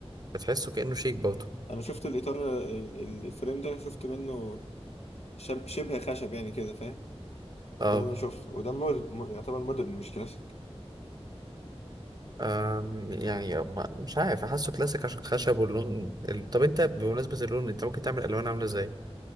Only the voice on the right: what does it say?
بتحسه كانه شيك برضه
اه
آم، يعني ما- مش عارف احسه كلاسيك عشان خشب واللون ال- طب انت بمناسبه اللون انت ممكن تعمل الوان عامله ازاي